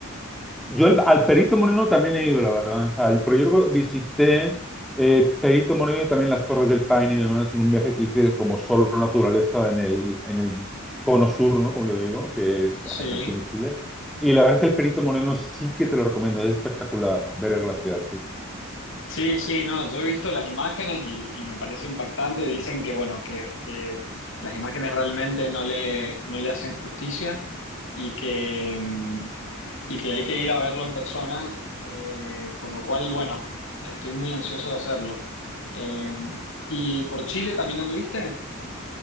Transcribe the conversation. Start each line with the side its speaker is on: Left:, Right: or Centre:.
Centre: Yo al, al Perito Moreno también he ido, la verdad. O sea, pero yo creo que visité eh, Perito Moreno y también las Torres del Paine y demás en un viaje que hice como solo naturaleza en el, en el cono sur, ¿no? Como yo digo, que es
Left: Sí.
Centre: Argentina y Chile. Y la verdad es que el Perito Moreno sí que te lo recomiendo, es espectacular ver el glaciar, sí.
Left: Sí, sí, no, yo he visto las imágenes y, y me parece impactante. Dicen que, bueno, que, que las imágenes realmente no le, no le hacen justicia y que, mm, y que hay que ir a verlo en persona, eh, por lo cual, bueno, estoy muy ansioso de hacerlo. Eh, ¿y por Chile también anduviste?